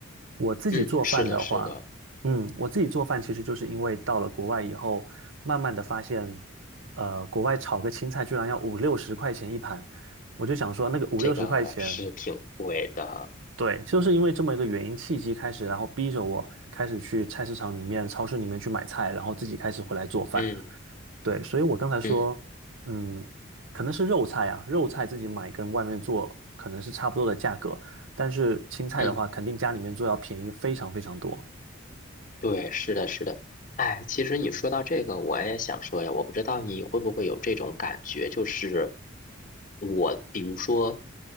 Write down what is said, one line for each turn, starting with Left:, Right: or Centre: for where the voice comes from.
Right: 我自己做饭的话，
Left: 嗯，是的，是的，
Right: 嗯，我自己做饭其实就是因为到了国外以后，慢慢的发现，呃，国外炒个青菜居然要五六十块钱一盘，我就想说那个五六十块钱，
Left: 这个是挺贵的。
Right: 对，就是因为这么一个原因契机开始，然后逼着我开始去菜市场里面、超市里面去买菜，然后自己开始回来做饭。
Left: 嗯
Right: 对，所以我刚才说，
Left: 嗯
Right: 嗯，可能是肉菜啊，肉菜自己买跟外面做可能是差不多的价格，但是青菜的话，
Left: 嗯。
Right: 肯定家里面做要便宜非常非常多。
Left: 对，是的，是的。哎，其实你说到这个，我也想说呀，我不知道你会不会有这种感觉，就是我，比如说